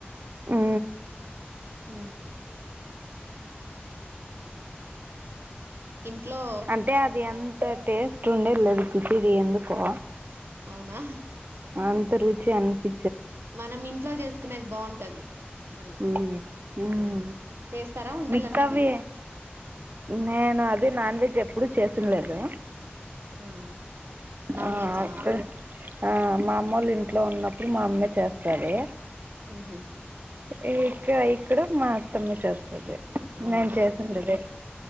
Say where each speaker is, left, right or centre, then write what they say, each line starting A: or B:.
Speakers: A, on the right; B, on the right.
A: ఊ
B: హ ఇంట్లో
A: అంటే అది ఎంత టేస్ట్ ఉండేది లేదు పచిది ఎందుకో
B: అవునా
A: అంత రుచి అనిపి
B: మనం ఇంట్లో చేసుకునేది బావుంటది. మళ్ళీ
A: ఉమ్ ఉమ్
B: ఆ చేస్తారా వంటలన్నీ
A: మిగతావి
B: మీరు?
A: నేను అది నాన్ వెజ్ ఎప్పుడు చేసినలేదు
B: ఆ నాన్
A: ఆ
B: వెజా?
A: అక్కడ ఆ మా అమ్మ వాళ్ళు ఇంట్లో ఉన్నప్పుడు మా అమ్మే చేస్తాది.
B: ఆహ
A: ఏ ఇక్క ఇక్కడు మా మొత్తమే చేస్తుంది
B: అవునా
A: నేను చేసిందిదే